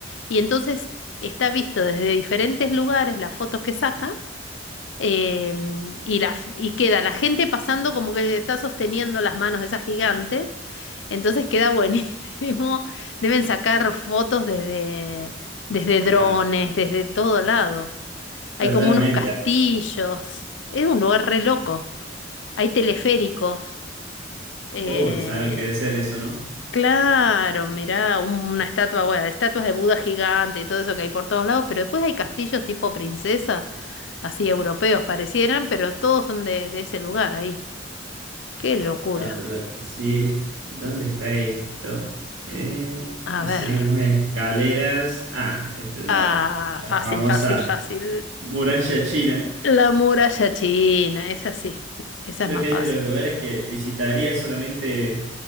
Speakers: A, on the left; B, on the right.
A: y entonces está visto desde diferentes lugares las fotos que saca Em, y, la, y queda la gente pasando como que está sosteniendo las manos de esas gigantes. Entonces queda buenísimo. <laughs> Deben sacar fotos desde, desde drones,
B: Ah,
A: desde todo lado. Hay
B: totalmente.
A: como unos castillos. Es un lugar re loco. Hay teleféricos. Eh,
B: Uy, ¿sabes lo que debe ser eso, no?
A: claro, mirá, un- una estatua, bueno, estatuas de Buda gigante y todo eso que hay por todos lados. Pero después hay castillos tipo princesa así europeos parecieran, pero todos son de, de ese lugar ahí. Qué locura.
B: La verdad que sí. ¿Dónde está esto? Eh, y
A: A
B: se
A: ver.
B: ven como unas escaleras. Ah, esta es
A: Ah,
B: la, la
A: fácil,
B: famosa
A: fácil, fácil.
B: muralla china.
A: La muralla china, esa sí, esa
B: Creo
A: es más
B: que
A: fácil.
B: es de los lugares que visitaría solamente